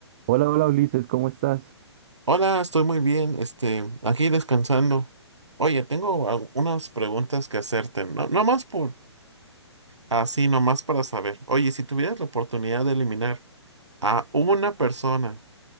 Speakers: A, on the right (about 25°); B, on the right (about 80°).
A: Hola, hola Ulises, ¿cómo estás?
B: Hola, estoy muy bien, este, aquí descansando. Oye, tengo al- unas preguntas que hacerte, no, no más por así, nomás para saber. Oye, si tuvieras la oportunidad de eliminar a una persona,